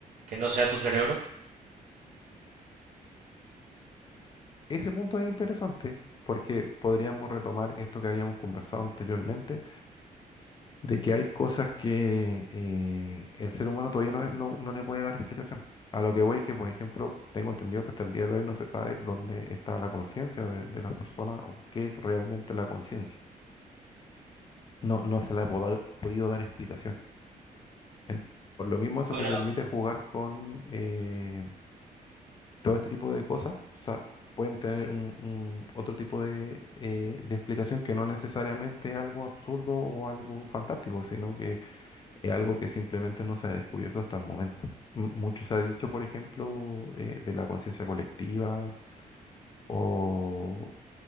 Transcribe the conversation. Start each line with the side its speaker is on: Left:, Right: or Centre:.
Right: que no sea tu cerebro?
Left: Ese punto es interesante porque podríamos retomar esto que habíamos conversado anteriormente de que hay cosas que eh, el ser humano todavía no, no, no le puede dar explicación. A lo que voy es que, por ejemplo, tengo entendido que hasta el día de hoy no se sabe dónde está la conciencia de, de las personas o qué es realmente la conciencia. No, no se le ha poda- podido dar explicación. En- por lo mismo, eso
Right: Bueno,
Left: te permite jugar con eh, todo este tipo de cosas. O sea, pueden tener un, un otro tipo de, eh, de explicación que no necesariamente algo absurdo o algo fantástico, sino que es algo que simplemente no se ha descubierto hasta el momento. M- Mucho se ha dicho, por ejemplo, eh, de la conciencia colectiva o,